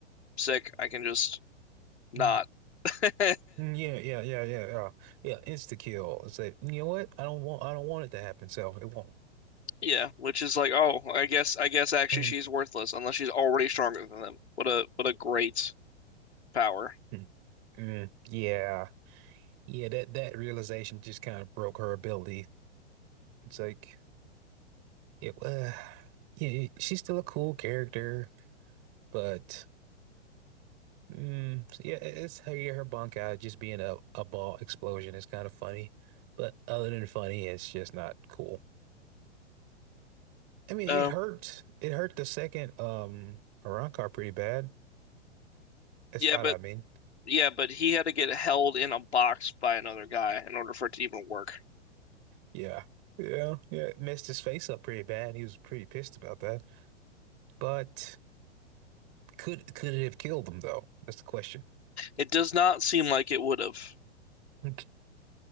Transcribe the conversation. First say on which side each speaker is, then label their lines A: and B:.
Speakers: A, on the left; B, on the right.
A: sick, I can just not.
B: Mm.
A: <laughs>
B: Mm, Yeah, yeah, yeah, yeah, yeah. Yeah, insta kill. It's like, you know what? I don't want I don't want it to happen, so it won't.
A: Yeah, which is like, oh, I guess I guess actually
B: Mm,
A: she's worthless unless she's already stronger than them. What a what a great power.
B: mm, mm. Yeah. Yeah, that that realization just kind of broke her ability. It's like It, uh, yeah, she's still a cool character, but mm, yeah, it's her, yeah, her bunk out just being a, a ball explosion is kind of funny. But other than funny, it's just not cool. I mean,
A: Um,
B: it hurt. It hurt the second um Arrancar pretty bad. That
A: yeah,
B: spot,
A: but
B: I mean.
A: yeah, but he had to get held in a box by another guy in order for it to even work.
B: Yeah. Yeah, yeah. It messed his face up pretty bad. He was pretty pissed about that. But could could it have killed him though? That's the question.
A: It does not seem like it would have.
B: <laughs>